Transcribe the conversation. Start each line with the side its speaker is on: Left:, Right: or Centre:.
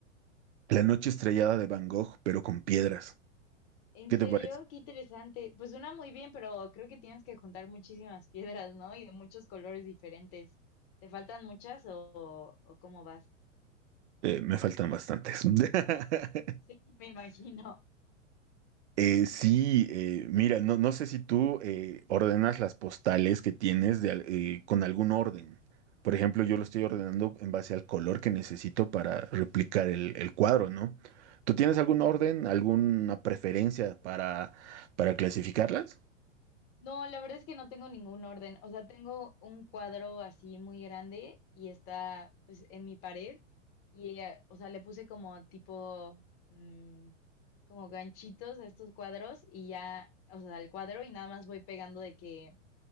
Right: La noche estrellada de Van Gogh, pero con piedras.
Left: ¿En
Right: ¿Qué
Left: serio?
Right: te parece?
Left: Qué interesante. Pues suena muy bien, pero creo que tienes que juntar muchísimas <laughs> piedras, ¿no? Y de muchos colores diferentes. ¿Te faltan muchas o, o cómo vas?
Right: Eh, me faltan bastantes. <laughs>
Left: Sí, <laughs> me imagino.
Right: Eh, sí, eh, mira, no, no sé si tú eh, ordenas las postales que tienes de al- eh, con algún orden. Por ejemplo, yo lo estoy ordenando en base al color que necesito para replicar el, el cuadro, ¿no? ¿Tú tienes algún orden, alguna preferencia para, para clasificarlas?
Left: No, la verdad es que no tengo ningún orden. O sea, tengo un cuadro así muy grande y está pues en mi pared y, eh, o sea, le puse como tipo, mm, como ganchitos a estos cuadros y ya, o sea, al cuadro y nada más voy pegando de que